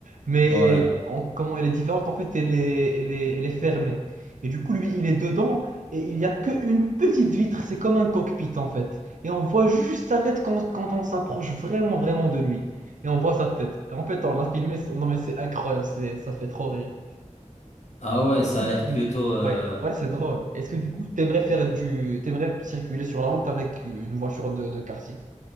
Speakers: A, on the right; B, on the left.
A: Mais
B: ouais.
A: en- comment elle est différente, en fait, elle est, elle est, elle est fermée. Et du coup, lui, il est dedans et il n'y a qu'une petite vitre, c'est comme un cockpit en fait. Et on voit juste sa tête quand, quand on s'approche vraiment vraiment de lui. Et on voit sa tête. Et en fait, on l'a filmé, non mais c'est incroyable, c'est, ça fait trop rire
B: Ah ouais, ça
A: coup,
B: a l'air
A: tu-
B: plutôt, euh,
A: Ouais, ouais, c'est drôle. Est-ce que du coup, t'aimerais faire du... t'aimerais circuler sur la route avec une voiture de, de karting?